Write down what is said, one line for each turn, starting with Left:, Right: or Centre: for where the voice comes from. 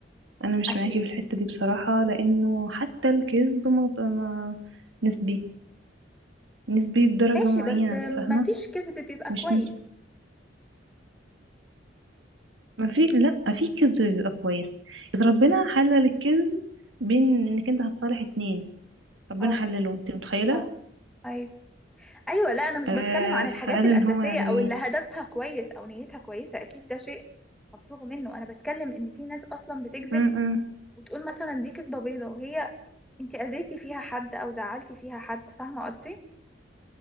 Right: انا مش
Centre: أكيد
Right: معاكي في الحتة دي بصراحة لانه حتى الكذب ما... ما... نسبي نسبي بدرجة
Centre: ماشي
Right: معينة
Centre: بس آه، مفيش
Right: فاهمة
Centre: كذب بيبقى كويس
Right: مش نسبي ما في لا في كذب بيبقى كويس اذا ربنا حلل الكذب بين انك انت هتصالح اتنين ربنا
Centre: اه
Right: حلله انت متخيله
Centre: اه أيوة ايوه لا انا مش
Right: آه
Centre: بتكلم عن الحاجات
Right: فقال
Centre: الاساسيه
Right: ان هو يعني
Centre: او اللي هدفها كويس او نيتها كويسه اكيد ده شيء مفروغ منه انا بتكلم ان في ناس اصلا بتكذب
Right: م -م -م
Centre: وتقول مثلا دي كذبه بيضه وهي انت اذيتي فيها حد او زعلتي فيها حد فاهمه قصدي